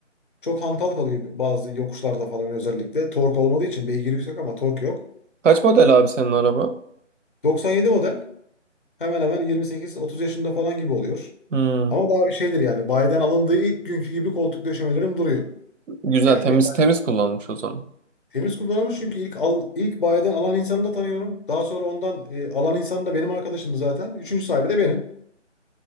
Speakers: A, on the left; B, on the right.
A: çok hantal kalıyor bazı yokuşlarda falan özellikle. Tork olmadığı için beygir yüksek ama tork yok.
B: Kaç model abi senin araba?
A: 97 model hemen hemen 28-30 yaşında falan gibi oluyor.
B: Hmm,
A: Ama daha bir şeydir yani bayiden alındığı ilk günkü gibi koltuk döşemelerim duruyor.
B: güzel
A: Yani
B: temiz
A: ya-
B: temiz kullanmış o zaman.
A: temiz kullanılmış çünkü ilk al, ilk bayiden alan insanı da tanıyorum. Daha sonra ondan e, alan insan da benim arkadaşımdı zaten. Üçüncü sahibi de benim.